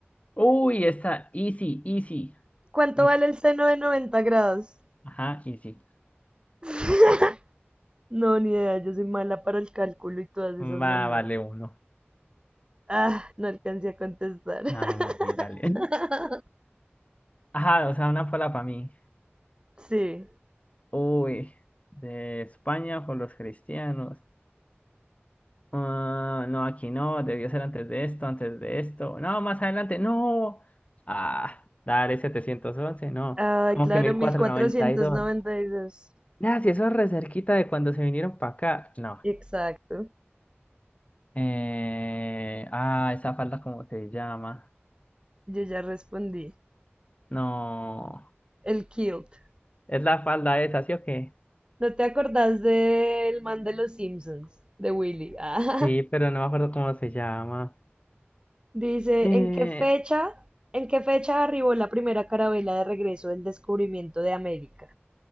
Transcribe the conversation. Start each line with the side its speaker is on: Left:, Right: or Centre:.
Left: Uy, esta. Easy, easy.
Right: ¿Cuánto
Left: Easy.
Right: vale el seno de 90 grados?
Left: Ajá, easy.
Right: <laughs> No, ni idea, yo soy mala para el cálculo y todas esas
Left: Va,
Right: monedas.
Left: vale uno.
Right: Ah, no alcancé a contestar.
Left: Nada, nada, sí, dale.
Right: <laughs>
Left: <laughs> Ajá, o sea, una sola para mí.
Right: Sí.
Left: Uy, de España con los cristianos. Ah, no, aquí no, debió ser antes de esto, antes de esto. No, más adelante, no. Ah, dale 711, no.
Right: Ay,
Left: Como
Right: claro,
Left: que mil
Right: mil
Left: cuatrocientos
Right: cuatrocientos
Left: noventa y dos,
Right: noventa y dos.
Left: Nada, si eso es re cerquita de cuando se vinieron para acá. No.
Right: Exacto.
Left: Eh, ah, esa falda, ¿cómo se llama?
Right: Yo ya respondí.
Left: No.
Right: El kilt.
Left: Es la falda esa, ¿sí o qué?
Right: ¿No te acordás del man de los Simpsons? De Willy. <laughs> Ah,
Left: Sí, pero no me acuerdo cómo se llama.
Right: dice,
Left: Eh,
Right: ¿en qué fecha, en qué fecha arribó la primera carabela de regreso del descubrimiento de América?